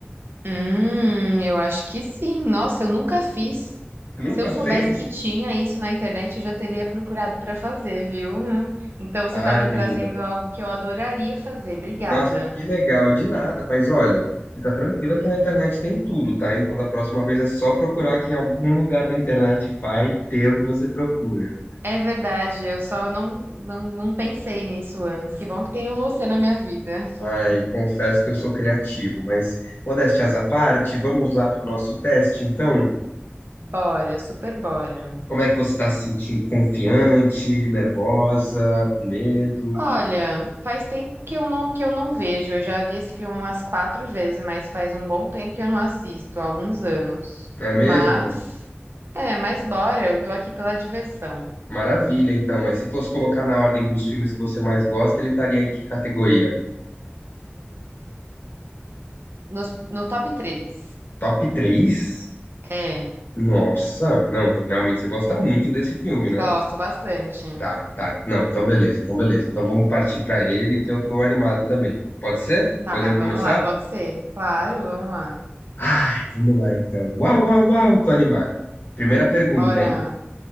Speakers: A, on the right; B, on the left.
A: Hum, eu acho que sim. Nossa, eu nunca fiz.
B: Nunca
A: Se eu soubesse
B: fez?
A: que tinha isso na internet, eu já teria procurado para fazer, viu? Então
B: Ai,
A: você tá me
B: menina.
A: trazendo algo que eu adoraria fazer. Obrigada.
B: Nossa, que legal, de nada, mas olha, fica tranquila que na internet tem tudo, tá? Então da próxima vez é só procurar que em algum lugar da internet vai ter o que você procura.
A: É verdade, eu só não, não, não pensei nisso antes. Que bom que tenho você na minha vida.
B: Ai, confesso que eu sou criativo, mas modéstias à parte, vamos lá para o nosso teste, então?
A: Bora, super bora.
B: Como é que você está se sentindo? Confiante, nervosa, com medo?
A: Olha, faz tempo que eu não, que eu não vejo. Eu já vi esse filme umas quatro vezes, mas faz um bom tempo que eu não assisto, há alguns anos.
B: Não é mesmo?
A: Mas, é, mas bora, eu tô aqui pela diversão.
B: Maravilha, então, mas se fosse colocar na ordem dos filmes que você mais gosta, ele estaria em que categoria?
A: Nos- no top três.
B: Top 3?
A: É,
B: Nossa, não, então realmente você gosta muito desse filme, né?
A: gosto bastante.
B: Tá, tá. Não, então beleza, então beleza. Então vamos partir pra ele que eu tô animado também. Pode ser?
A: Tá,
B: Podemos começar?
A: vamos lá, pode ser? Claro, vamos lá.
B: Ai, vamos lá então. Uau, uau, uau, tô animado. Primeira pergunta,
A: Bora.
B: hein?